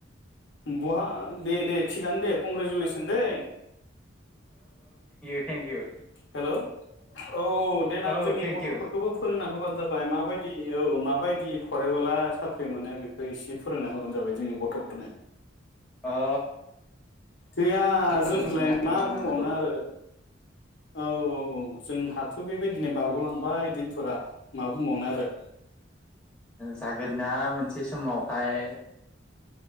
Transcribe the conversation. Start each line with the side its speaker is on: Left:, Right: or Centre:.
Left: बहा दे दे थिगानो दे कंग्रेसुलेसन दे
Centre: थेंक इउ
Left: हेलौ औ देनां
Centre: औ
Left: जोंनि
Centre: थेंकिउ
Left: गथ'फोरखौबो फोरोंना होबानो जाबाय माबायदि औ माबायदि फरायबोला साख्रि मोनो बेखौ एसे फोरोंना होबानो जाबाय जोंनि गथ' थनो
Centre: अ
Left: गैया
Centre: जागोन
Left: जोंफोरलाय
Centre: सिन्था खालामनाङाखौ
Left: मा बुंबावनो आरो औ औ औ जोंहाथ' बेबायदिनो बारग'लांबाय बिनो फोरा मा बुंबावनो आरो
Centre: जागोन ना मोनसे समावहाय